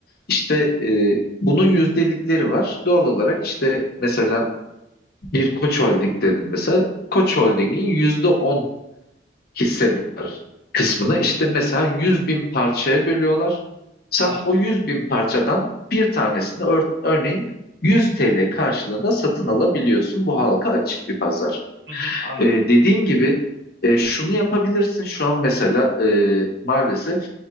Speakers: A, on the left; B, on the right.
A: İşte e, bunun yüzdelikleri var. Doğal olarak işte mesela bir Koç Holding dedim mesela. Koç Holding'in yüzde on hisseder kısmını işte mesela yüz bin parçaya bölüyorlar. Sen
B: Anladım.
A: o yüz bin parçadan bir tanesini ör- örneğin 100 TL karşılığında satın alabiliyorsun. Bu halka açık bir pazar.
B: Hı hı, anladım.
A: Ee, dediğin gibi e, şunu yapabilirsin. Şu an mesela e, maalesef